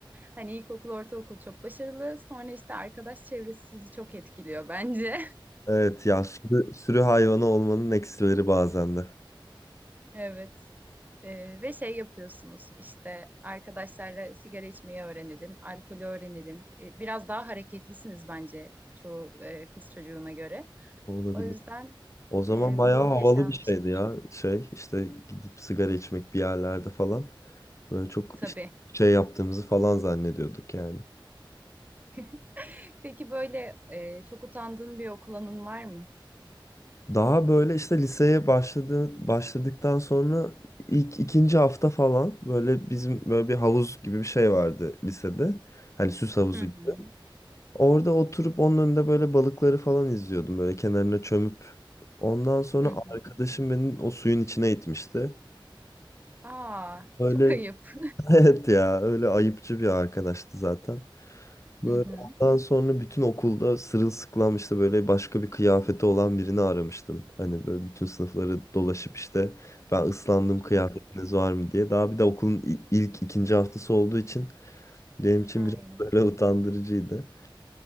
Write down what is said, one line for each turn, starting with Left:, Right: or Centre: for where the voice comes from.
Right: Hani ilkokul, ortaokul çok başarılı. Sonra işte arkadaş çevresi sizi çok etkiliyor bence. <laughs>
Left: Evet ya sürü, sürü hayvanı olmanın eksileri bazen de
Right: Evet. Ee, ve şey yapıyorsunuz işte arkadaşlarla sigara içmeyi öğrenelim, alkolü öğrenelim. Ee, biraz daha hareketlisiniz bence çoğu e, kız çocuğuna göre.
Left: olabilir.
Right: O yüzden
Left: O zaman
Right: e,
Left: bayağı
Right: bu
Left: havalı
Right: yaşanmıştır
Left: bir şeydi ya. Şey işte gidip sigara içmek bir yerlerde falan. Böyle çok
Right: tabii.
Left: işte şey yaptığımızı falan zannediyorduk yani.
Right: <laughs> Peki böyle e, çok utandığın bir okul anın var mı?
Left: Daha böyle işte liseye başladı, başladıktan sonra ilk ikinci hafta falan böyle bizim böyle bir havuz gibi bir şey vardı lisede. Hani süs havuzu
Right: Hı hı.
Left: Orada oturup onun önünde böyle balıkları falan izliyordum. Böyle kenarına çömüp. Ondan sonra
Right: Hı hı.
Left: arkadaşım beni o suyun içine itmişti.
Right: Aa,
Left: Böyle
Right: çok ayıp.
Left: <laughs> evet ya öyle ayıpçı bir arkadaştı zaten. Böyle
Right: <laughs> Hı hı.
Left: ondan sonra bütün okulda sırılsıklam işte böyle başka bir kıyafeti olan birini aramıştım. Hani böyle bütün sınıfları dolaşıp işte ben ıslandım kıyafetiniz
Right: Hı hı.
Left: var mı diye. Daha bir de okulun i- ilk ikinci haftası olduğu için benim için
Right: Ay,
Left: biraz <laughs> böyle utandırıcıydı.